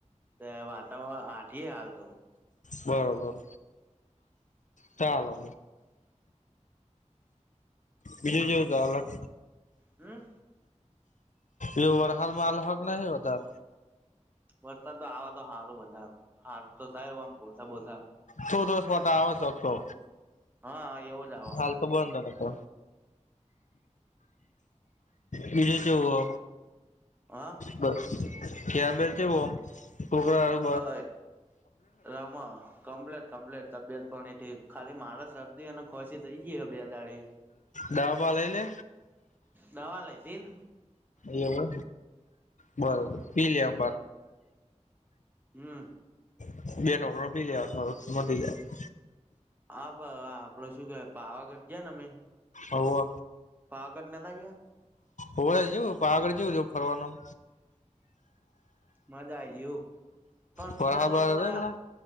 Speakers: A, on the right (about 15°); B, on the left (about 80°).
A: તે-અ-અ વાતાવણ આંટીએ હાલ તો
B: બરોબ તાલો બીજું જોવું કે અલગ
A: હમ્મ
B: એવુ વર હાલ માલ હક નહી હોતા.
A: વરસાદ આવે તો હારું <inaudible> હારુ તો થાય ઓમ પોછા બોસા.
B: ચોઘસ ફોટા આવે ચોખ્ખો
A: હ આ એવો જ આવે
B: હાલ
A: અમારે
B: તો બંધ અવે તો બીજું જોવો
A: અ-અ-અ
B: બસ ક્યા બેતે વમ <inaudible>
A: તય રામા કમપ્લેટ કમપ્લેટ તબિયત પણી ઠીક ખાલી મારે શરદી અને ખ્વાશી થઈ ગીય અ બે દાળે
B: દાવબવા લેય લે
A: દવા લીધીલ
B: એ ઓય બરોબ
A: હમ
B: દી લે. <inaudible>
A: હમ્મ
B: <unintelligible>
A: આપ-પ-પ આપડે શું કેવાય પાવાગઢ જીયા ને અમે
B: અવૌ
A: પાવાગઢ નતા ગયા
B: ઓવે જ્યું પાવાગઢ જ્યું જોવ ફરવાનું
A: મજા આઈગ્યુ પણ
B: ફરહા
A: બીજા ડાળે
B: બરહા હતો
A: વયા.
B: હમણાં